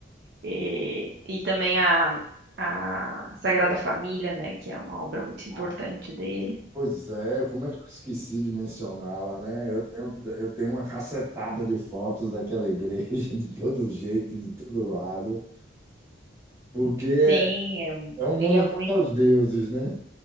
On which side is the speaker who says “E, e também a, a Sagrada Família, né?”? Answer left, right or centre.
Right